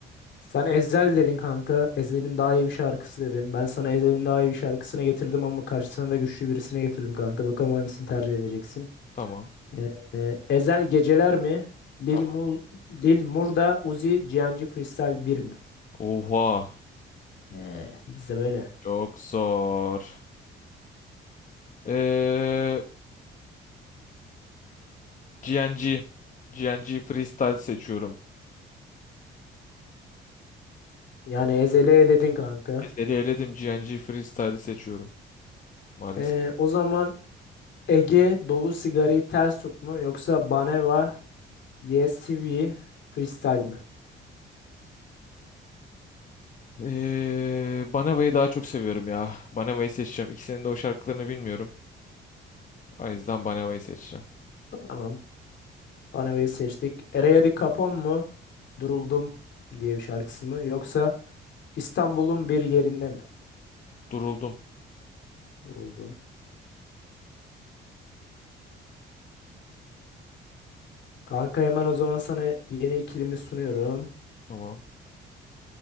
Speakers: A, on the left (about 65°); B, on the left (about 40°).
A: Sen Ezel dedin kanka. Ezel'in daha iyi bir şarkısı dedin. Ben sana Ezel'in daha iyi bir şarkısını getirdim ama karşısına da güçlü birisine getirdim kanka. Bakalım hangisini tercih edeceksin.
B: Tamam.
A: Ee, e, Ezel Geceler mi? Lil,
B: Tamam.
A: Mul, Lil Murda Uzi Cihancı Freestyle bir mi?
B: Oha.
A: Ee, biz de böyle.
B: Çok zor. Ee, GNG. GNG Freestyle seçiyorum.
A: Yani Ezel'i eledin kanka.
B: Seni eledim. GNG Freestyle seçiyorum. Maalesef.
A: Ee, o zaman Ege dolu sigarayı ters tut mu yoksa Baneva Yes Sivri Freestyle mi?
B: Ee, Banava'yı daha çok seviyorum ya. Banava'yı seçeceğim. İkisinin de o şarkılarını bilmiyorum. O yüzden Banava'yı seçeceğim.
A: Tamam. Baneva'yı seçtik. Eraya Di Capone mu? Duruldum diye bir şarkısı mı? Yoksa İstanbul'un bir yerinde mi?
B: Duruldum.
A: Duruldum. Kanka hemen o zaman sana yeni ikilimi sunuyorum.
B: Tamam.